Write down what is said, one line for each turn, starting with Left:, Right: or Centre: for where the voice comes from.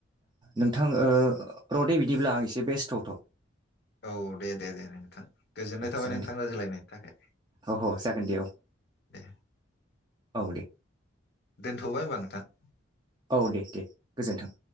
Right: नोंथां ओ रडै बिदिब्ला आ एसे बेस्थथ'
Left: औ दे दे दे नोंथां गोजोननाय थाबाय
Right: जागोन
Left: नोंथां
Right: दे
Left: रायज्लायनायनि थाखाय
Right: अह जागोन दे औ
Left: दे
Right: औ दे
Left: दोनथ'बाय होमबा नोंथां
Right: औ दे दे गोजोन्थों